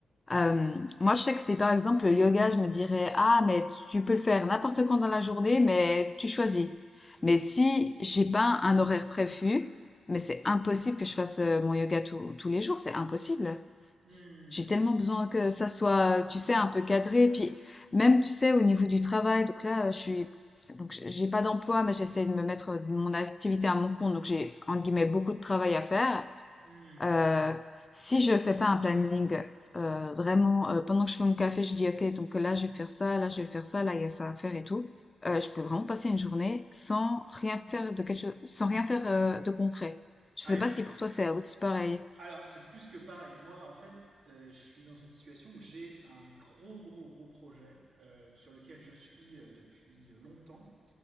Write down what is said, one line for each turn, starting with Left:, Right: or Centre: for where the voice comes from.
Left: Euh, moi, je sais que c'est par exemple le yoga, je me dirais, ah, mais tu peux le faire n'importe quand dans la journée, mais tu choisis.
Right: Hmm.
Left: Mais si j'ai pas un horaire prévu, mais c'est impossible que je fasse euh, mon yoga tous tous les jours, c'est impossible.
Right: Hmm,
Left: J'ai tellement besoin que ça soit, tu sais, un peu cadré. Puis même, tu sais, au niveau du travail, donc là, euh, je suis, donc j- j'ai pas d'emploi, mais j'essaie de me mettre euh, mon activité à mon compte, donc j'ai entre guillemets beaucoup de travail à faire.
Right: hmm.
Left: Euh, si je fais pas un planning euh, vraiment, euh, pendant que je fais mon café, je dis, OK, donc là, je vais faire ça, là, je vais faire ça, là, il y a ça à faire et tout, euh, je peux vraiment passer une journée sans rien faire de quelque chose, sans rien faire euh, de concret. Je
Right: Ouais.
Left: sais pas si pour toi, c'est aussi pareil.
Right: Alors, c'est plus que pareil. Moi, en fait, euh, je suis dans une situation où j'ai un gros, gros, gros projet euh, sur lequel je suis euh, depuis longtemps